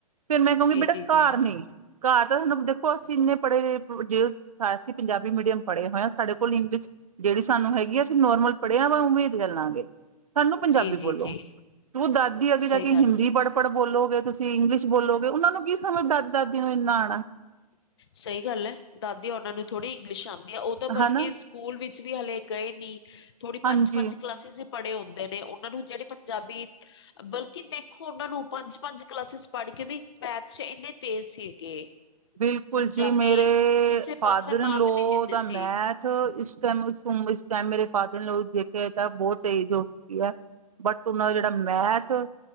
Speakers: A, on the right; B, on the left.
A: ਫੇਰ ਮੈਂ ਕਹੂੰਗੀ
B: ਜੀ-ਜੀ-ਜੀ,
A: ਬੇਟਾ ਘਰ ਨਹੀ ਘਰ। ਤੁਹਾਨੂੰ ਦੇਖੋ ਅਸੀਂ ਇੰਨੇ ਪੜ੍ਹੇ ਜੇ ਸਾਇਆ ਸੀ ਪੰਜਾਬੀ ਮੀਡੀਅਮ। ਪੜੇ ਹੋਏਆ ਸਾਡੇ ਕੋਲ ਇੰਗਲਿਸ਼ ਜਿਹੜੀ ਸਾਨੂੰ ਹੈਗੀ ਆ ਅਸੀਂ ਨੋਰਮਲ ਪੜ੍ਹਿਆ ਵਾ ਉਮੀਦ ਚੱਲਾਂਗੇ। ਸਾਨੂੰ ਪੰਜਾਬੀ
B: ਜੀ-ਜੀ-ਜੀ
A: ਬੋਲੋ ਉਹ ਦਾਦੀ ਅੱਗੇ
B: ਸਹੀ
A: ਜਾ ਕੇ
B: ਗੱਲ
A: ਹਿੰਦੀ ਪੜ੍ਹ ਪੜ੍ਹ ਬੋਲੋਗੇ ਤੁਸੀਂ ਇੰਗਲਿਸ਼ ਬੋਲੋ। ਉਹਨਾਂ ਨੂੰ ਕੀ ਸਮਝ ਦਾ ਦਾਦੀ ਨੂੰ ਇੰਨਾ ਆਣਾ।
B: ਸਹੀ ਗੱਲ ਹੈ ਦਾਦੀ ਉਹਨਾਂ ਨੂੰ ਥੋੜ੍ਹੀ ਇੰਗਲਿਸ਼ ਆਉਂਦੀ ਹੈ ਉਹ ਤਾਂ ਬਲਕਿ
A: ਹਨਾ
B: ਸਕੂਲ ਵਿੱਚ। ਵੀ ਹਲੇ ਗਏ ਨੀ ਥੋੜੀ ਪੰਜ,
A: ਹਾਂਜੀ
B: ਪੰਜ ਕਲਾਸਿਸ ਵੀ ਪੜ੍ਹੇ ਹੁੰਦੇ ਨੇ ਉਹਨਾਂ ਨੂੰ ਜਿਹੜੇ। ਪੰਜਾਬੀ ਬਲਕ। ਕਿ ਦੇਖੋ ਉਹਨਾਂ ਨੂੰ ਪੰਜ, ਪੰਜ ਕਲਾਸਿਸ ਪੜ੍ਹ ਕੇ ਵੀ ਮੈਥ ਚ ਇੰਨੇ ਤੇਜ਼ ਸੀਗੇ।
A: ਬਿਲਕੁਲ
B: ਪੰਜਾਬੀ
A: ਜੀ ਮੇਰੇ
B: ਕਿਸੇ
A: ਫਾਦਰ
B: ਪਾਸੇ ਮਾਤ
A: ਲੋ
B: ਨਹੀਂ ਦਿੰਦੇ
A: ਦਾ
B: ਸੀ
A: ਮੈਥ ਇਸ ਟਾਈਮ ਉਮ। ਟ ਮੇਰੇ ਫਾਦਰ ਨੇ ਦੇਖਿਆ ਤਾਂ ਬਹੁਤ ਤੇਜ਼ ਹੋ ਚੁੱਕੀ ਹੈ ਬਟ ਉਹਨਾਂ ਦਾ ਜਿਹੜਾ ਮੈਥ।